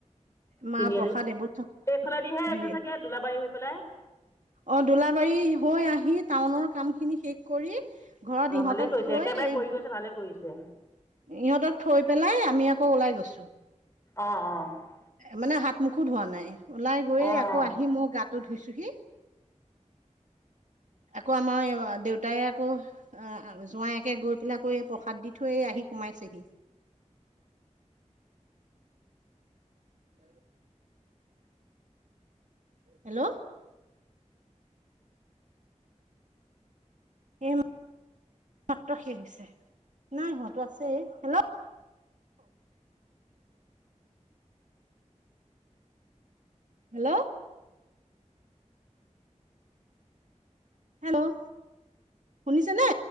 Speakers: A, on the right; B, on the left.
A: মাহ
B: তিনিআলি
A: প্ৰসাদ এইবোৰ
B: এইফালেদিহে আহিছে
A: হেৰি
B: চাগে দোলাবাৰী হৈ পেলাই?
A: অ দোলাবাৰী হৈ আহি টাউনৰ কাম খিনি শেষ কৰি ঘৰত
B: অ'
A: ইহঁতক
B: ভালেই কৰিছে
A: থৈ
B: একেবাৰে
A: এই
B: কৰি গৈছে ভালে কৰিছে
A: ইহঁতক থৈ পেলাই আমি আকৌ ওলাই গৈছো।
B: অ' অ'
A: মানে হাত মুখো ধুৱা হোৱা নাই ওলাই গৈয়ে
B: অ'
A: আকৌ আহি মই গাটো ধুইছোঁহি।
B: <inaudible>
A: আকৌ আমাৰ দেউতাই আকৌ জোঁৱাইকে গৈ পেলাই এই প্ৰসাদ দি থৈ আহি সোমাইছেহি। <inaudible> হেল্ল'! এ মাত্ৰ শেষ হৈছে, নাই হোৱাটো আছেই। হেল্ল'! হেল্ল'! হেল্ল' শুনিছে নে?